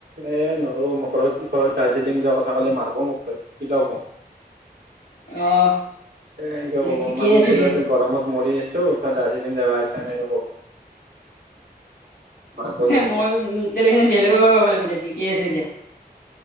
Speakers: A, on the right (about 85°); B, on the left (about 65°).
A: এ নৰো মই ঘৰত ঘৰত দাৰ্জিলিং যোৱাৰ কথা কলে মাৰিব মোক ধৰি কিলাব।
B: অ',।
A: এনকে কব
B: ঠিকে
A: আমি
B: আছে
A: বোলো
B: দিয়া
A: এতে গৰমত মৰি আছো ত দাৰ্জিলিং যাবা আছ এনেকে ক'ব। মাৰিব ধৰি
B: মই
A: মোক
B: বেলেগৰ কব লাগিব যা ঠিক আছে দিয়া।